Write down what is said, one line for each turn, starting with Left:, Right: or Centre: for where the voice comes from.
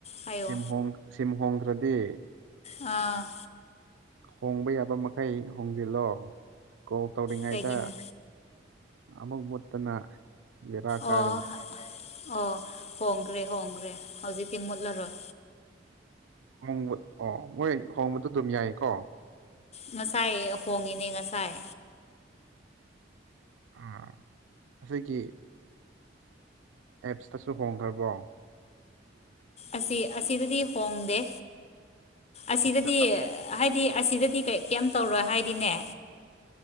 Left: ꯍꯥꯏꯌꯣ
Right: ꯁꯤ ꯍꯣꯡ ꯁꯤꯝ ꯍꯣꯡꯈ꯭ꯔꯗꯤ
Left: ꯑꯥ
Right: ꯍꯣꯡꯕ ꯌꯥꯕ ꯃꯈꯩ ꯍꯣꯡꯖꯤꯜꯂꯣ ꯀꯣꯜ ꯇꯧꯔꯤꯉꯩꯗ
Left: ꯀꯩꯒꯤꯅꯣ
Right: ꯑꯃꯨꯛ ꯃꯨꯠꯇꯅ ꯕꯦꯔꯥ ꯀꯥꯒꯅꯤ
Left: ꯑꯣ ꯑꯣ ꯍꯣꯡꯒ꯭ꯔꯦ ꯍꯣꯡꯈ꯭ꯔꯦ ꯍꯧꯖꯤꯛꯇꯤ ꯃꯨꯠꯂꯔꯣꯏ
Right: ꯍꯣꯡꯕ ꯑꯣ ꯃꯣꯏ ꯍꯣꯡꯕꯗꯣ ꯑꯗꯨꯝ ꯌꯥꯏꯀꯣ
Left: ꯉꯁꯥꯏ ꯍꯣꯡꯉꯤꯅꯦ ꯉꯁꯥꯏ
Right: ꯑ ꯑꯁꯦꯒꯤ ꯑꯦꯞꯁꯇꯁꯨ ꯍꯣꯡꯈ꯭ꯔꯕꯣ
Left: ꯑꯁꯤ ꯑꯁꯤꯗꯗꯤ ꯍꯣꯡꯗꯦ ꯑꯁꯤꯗꯗꯤ
Right: ꯑꯁꯤꯗ
Left: ꯍꯥꯏꯗꯤ ꯑꯁꯤꯗꯗꯤ ꯀꯩꯝ ꯇꯧꯔꯣꯏ ꯍꯥꯏꯗꯤꯅꯦ